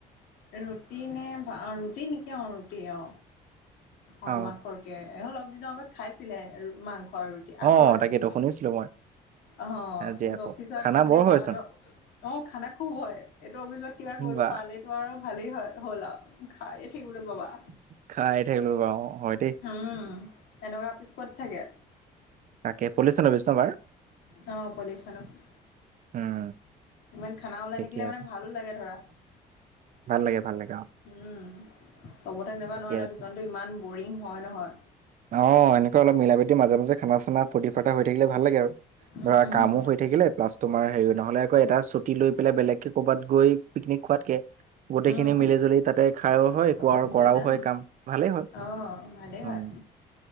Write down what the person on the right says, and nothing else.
অ',
অ',
তাকেতো শুনিছিলোঁ মই
আজি আকৌ
খানা
বৰ হয়চোন
বা
খাই থাকিবলে পাবা হয় দেই
তাকে পুলিচন অফিচ ন বাৰ
উম
ঠিকে
আছে
ভাল লাগে ভাল লাগে অ
ঠিকে
আছে
অ এনেকোৱা অলপ মিলা প্ৰীতি মাজে মাজে খানা চানা ফূৰ্তি ফাৰ্তা হৈ থাকিলে ভাল লাগে আৰু
ধৰা
কামো হৈ থাকিলে প্লাছ তোমাৰ হেৰি নহ'লে আকৌ এটা ছুটি লৈ পেলাই বেলেগকে ক'ৰবাত গৈ পিকনিক খোৱাতকে গোটেইখিনি
মিলি জুলি তাতে খাইও হয় একো
আৰু কৰাও হয় কাম ভালেই হয়
উ